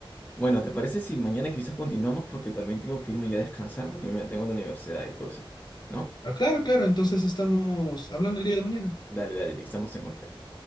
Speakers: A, on the left (about 15°); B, on the left (about 50°).
A: Bueno, ¿te parece si mañana quizás continuamos? Porque también tengo que irme ya a descansar porque mañana tengo la universidad y todo eso, ¿no?
B: Ah, claro, claro. Entonces estamos hablando el día de mañana.
A: Dale, dale, Eric, estamos en contacto.